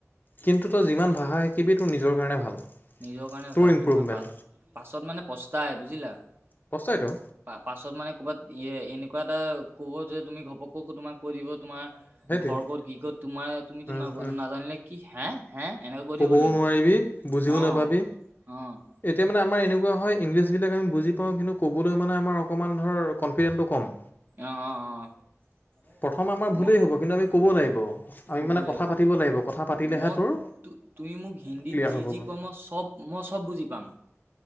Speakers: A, on the left; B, on the right.
A: কিন্তু তই যিমান ভাষা শিকিবি তোৰ নিজৰ কাৰণে ভাল।
B: নিজৰ কাৰণে
A: তোৰ
B: ভাল
A: ইম্প্ৰুভমেণ্ট
B: তোমাৰ পা-পাছত মানে প্ৰস্তাই বুজিলা!
A: পস্তাইতো
B: পাছত মানে ক'ৰবাত ই-এনে এনেকুৱা এটা ক'ব যে তুমি ঘপক কৈ তোমাক কৈ দিব তোমাৰ
A: সেইটোৱে
B: ঘৰ ক'ত কি ক'ত তোমাৰ তুমিতো
A: উম,
B: ন-নাজানিলে
A: উম।
B: কি হে হে এনেকে কৈ থাকিব
A: ক'বও
B: লাগিব।
A: নোৱাৰিবি বুজিও
B: অ', অ',
A: নাপাবি।
B: অ',
A: এতিয়া মানে আমাৰ এনেকুৱা হয় ইংলিছবিলাক আমি বুজি পাওঁ কিন্তু ক'বলৈ মানে আমাৰ অকণমান ধৰ কনফিডেন্টো কম।
B: অ', <inaudible>
A: প্ৰথম আমাৰ ভুলেই
B: মই
A: হ'ব। কিন্তু আমি ক'ব লাগিব আমি
B: ক'ব
A: মানে
B: লাগিব
A: কথা পাতিব লাগিব। কথা পাতিলেহে
B: মই
A: তোৰ
B: তু তুমি মোক হিন্দীত
A: ক্লিয়াৰ
B: যি
A: হ'বগৈ
B: যি কোৱা মই চব মই চব বুজি পাম।